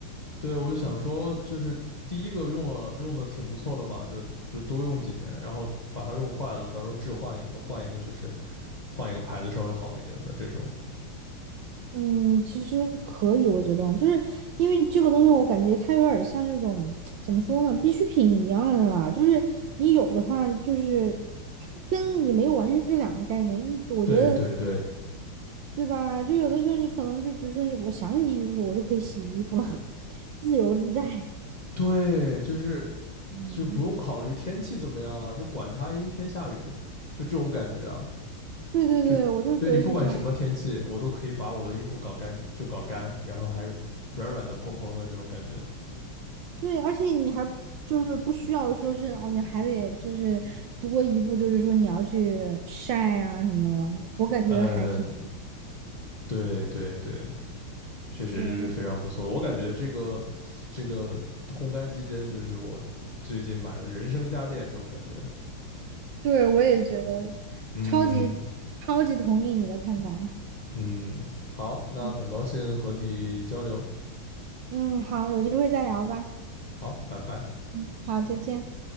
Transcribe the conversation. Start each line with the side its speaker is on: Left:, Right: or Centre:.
Left: 对，我就想说，就是第一个用了用的挺不错的嘛，就就多用几年，然后把它用坏了，到时候置换一个，换一个就是换一个牌子稍微好一点的这种。
Right: 嗯，其实可以，我觉得，就是因为这个东西，我感觉它有点像那种怎么说呢，必需品一样的啦。就是你有的话，就是它跟你没有完全是两个概念。就是我觉得，
Left: 对对对
Right: 对吧？就有的时候你可能就比如说你，我想洗衣服，我就可以洗衣服了，<laughs> 自由自在。
Left: 对，就是就不用考虑天气怎么样了，
Right: 嗯，
Left: 就管它阴天下雨，就这种感觉啊，
Right: 对对对，
Left: 就对你不管什么天气，
Right: 我就是觉得是这样。
Left: 我都可以把我的衣服搞干，就搞干，然后还软软的、蓬蓬的这种感觉。
Right: 对，而且你还就是不需要说是哦，你还得就是多一步，就是说你要去晒啊什么的，我感觉还挺。
Left: 嗯，对对对，确实这是非常不错的我感觉这个这个烘干机真的就是我最近买的人生家电这种感觉。
Right: 对，对，我也觉得
Left: 嗯
Right: 超级超级同意你的看法。
Left: 嗯，好，那很高兴和你交流，
Right: 嗯嗯，好，有机会再聊吧。
Left: 好，拜拜。
Right: 嗯，好，再见。